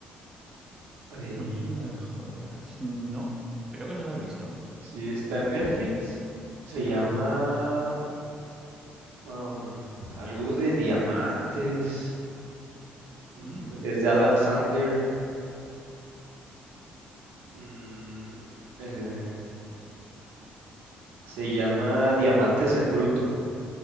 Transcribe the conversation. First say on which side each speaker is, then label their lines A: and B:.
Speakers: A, on the right; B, on the right.
A: Y
B: Una tienda de joyas. No, creo que no la he visto.
A: sí, está en Netflix. Se llama
B: Ajá.
A: am, algo de diamantes. Mm,
B: Mm.
A: es de Adam Sandler. Mm, eh, se llama Diamantes en Bruto.